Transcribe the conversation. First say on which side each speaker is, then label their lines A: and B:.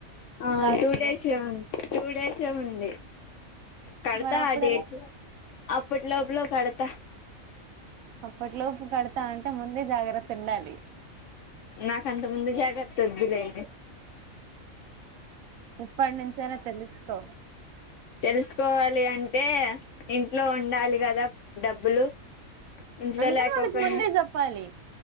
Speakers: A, on the left; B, on the right.
A: ఆ
B: లాస్ట్
A: టూ డేసే
B: డే
A: ఉ టూ డేసే ఉంది కడతా
B: మరి అప్పుడు
A: డేట్
B: ఎలా
A: అప్పుట్లోప్పులో కడత
B: అప్పట్లోపు కడతాంటే ముందే జాగ్రత్త తిన్నాలి
A: నాకంత ముందు జాగ్రత్త వద్దులే
B: ఇప్పటి నుంచైనా తెలుసుకో
A: తెలుసుకోవాలి అంటే ఇంట్లో ఉండాలి కదా డబ్బులు ఇంట్లో
B: అందుకని
A: లేకపోయింది
B: వాళ్ళకి ముందే చెప్పాలి